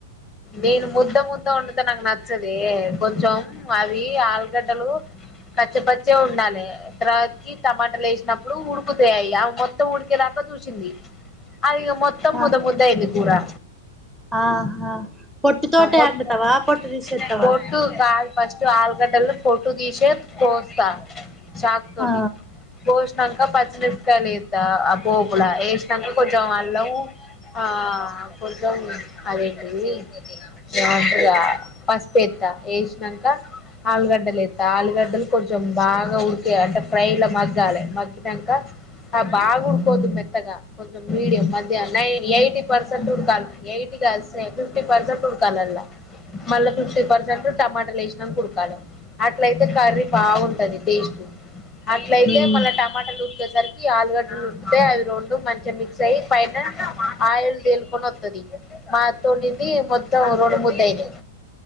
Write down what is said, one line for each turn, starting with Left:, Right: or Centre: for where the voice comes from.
Left: నేను ముద్ద ముద్ద వంతే నాకు నచ్చదే, కొంచెం అవి ఆలుగడ్డలు కాచేపచ్చే ఉండాలి, తర్వాతికి టమాటలు వేసినప్పుడు ఉడుకుతయి అవి మొత్తం ఉడికేదాకా చూసింది అది మొత్త ముద్ద
Centre: ఆ
Left: ముద్ద అయింది కూరా
Centre: ఆహా పొట్టుతోనే
Left: మొత్తం
Centre: వండుతావా పొట్టు తీసేస్తావా
Left: పొట్టు కాదు ఫస్ట్ ఆలుగడ్డలు పొట్టు దీసే కోస్త చాక్ తోటి
Centre: ఆ
Left: కోసి సినకా పచ్చిమిపకాయలు ఎత, పోపుల వేసాక కొంచెం అళ్ళం ఆ కొంచెం అదేంటిది కొద్దిగా పసుపు ఎత్తా, వేసినాక ఆలుగడ్డలు ఎత్తా ఆలుగడ్డలు కొంచెం బాగా ఉడిక అంటే ఫ్రై లో మగ్గాలి, మగినక బాగా ఉడకోవద్దు మెత్తగా, కొంచెం మీడియం ఎయిటీ పర్సెంట్ ఉడకాలి ఎయిటీగా వస్తే ఫిఫ్టీ పర్సెంట్ ఉడకల అల్ల మళ్ళా ఫిఫ్టీ పర్సెంట్ టమాటలు వేసినాక ఉడకలి, అట్లయితే కర్రీ బాగుంటుంది టేస్ట్ అట్లైతే
Centre: ఉమ్
Left: మన టమాటాలు ఉరికి రి ఆలుగడ్డలు ఉదూకితే అవి రెండు మంచిగా మిక్స్ అయ్యి పైన ఆయిల్ తేలుకొని వస్తుంది మాతో ఇది మొత్తం రోడ్డు ముందయిన